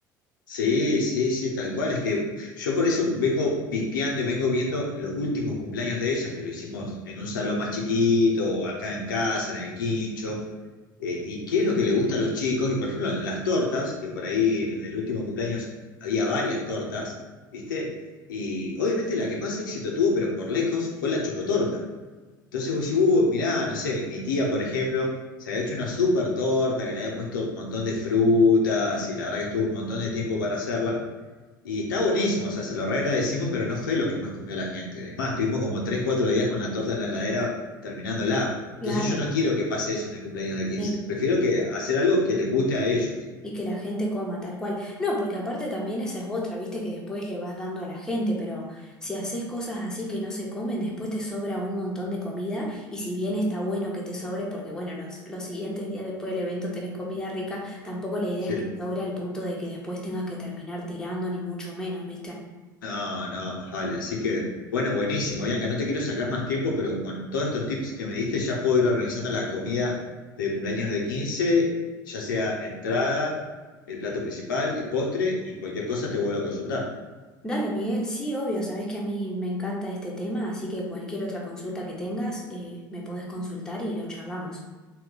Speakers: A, on the left; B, in the centre.
A: Sí, sí, sí, tal cual. Es que yo por eso vengo pispeando y vengo viendo los últimos cumpleaños de ella, que lo hicimos en un salón más chiquito, o acá en casa, en el quincho. eh, y qué es lo que le gusta a los chicos. Y por ejemplo, las tortas, que por ahí en el último cumpleaños había varias tortas, ¿viste? Y obviamente la que más éxito tuvo, pero por lejos, fue la chocotorta. Entonces vos decís, uh, mirá, no sé, mi tía, por ejemplo, se había hecho una súper torta que le había puesto un montón de frutas y la verdad que estuvo un montón de tiempo para hacerla. Y está buenísimo, o sea, se lo reagradecimos, pero no fue lo que más comió la gente. Es más, tuvimos como 3 4 días con la torta en la heladera terminándola. Entonces
B: Claro,
A: yo no quiero que pase eso en el cumpleaños de 15.
B: sí.
A: Prefiero que hacer algo que les guste a ellos.
B: Y que la gente coma tal cual. No, porque aparte también esa es otra, viste que después le vas dando a la gente, pero si haces cosas así que no se comen, después te sobra un montón de comida y si bien está bueno que te sobre, porque bueno, los, los siguientes días después del evento tenés comida rica, tampoco la idea
A: Sí.
B: es que sobre al punto de que después tengas que terminar tirando, ni mucho menos, viste.
A: No, no, más vale. Así que, bueno, buenísimo, Bianca. No te quiero sacar más tiempo, pero con todos estos tips que me diste, ya puedo ir organizando la comida de cumpleaños de 15. ya sea entrada, el plato principal, el postre y cualquier cosa te vuelvo a consultar.
B: Dale, Miguel, sí, obvio, sabés que a mí me encanta este tema, así que cualquier otra consulta que tengas, eh, me podés consultar y lo charlamos.